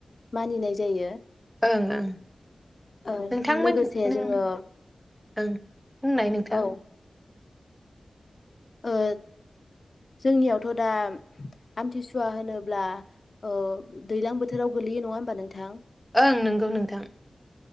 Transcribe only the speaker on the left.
मानिनाय जायो।
ओ
लोगोसे
जोङो
औ ओ जोंनियावथ दा आमथिसुवा होनोब्ला ओ दैज्लां बोथोराव गोगलैयो नङा होमबा नोंथां?